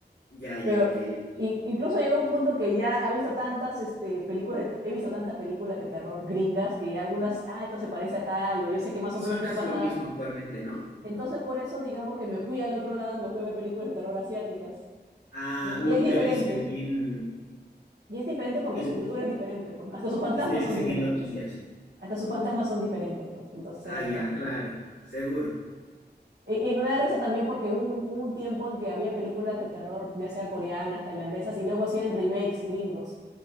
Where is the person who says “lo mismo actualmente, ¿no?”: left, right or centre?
Left